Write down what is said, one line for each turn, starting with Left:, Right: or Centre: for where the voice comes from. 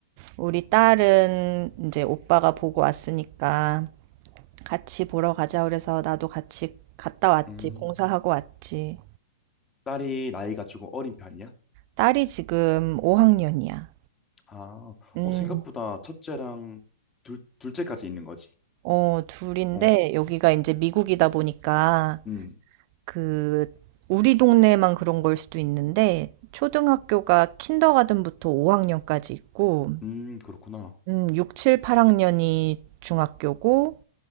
Right: 우리 딸은 이제 오빠가 보고 왔으니까 "같이 보러 가자." 그래서 나도 같이 갔다 왔지.
Left: 음.
Right: 봉사하고 왔지.
Left: 딸이 나이가 조금 어린 편이야?
Right: 딸이 지금 5 학년이야.
Left: 아,
Right: 음.
Left: 어, 생각보다 첫째랑 둘, 둘째까지 있는 거지.
Right: 어 둘 인데
Left: 어,
Right: 여기가 이제 미국이다 보니까
Left: 음,
Right: 그 우리 동네만 그런 걸 수도 있는데 초등학교가 킨더가든 부터 5 학년까지 있고
Left: 음, 그렇구나.
Right: 음 6-7-8 학년이 중학교고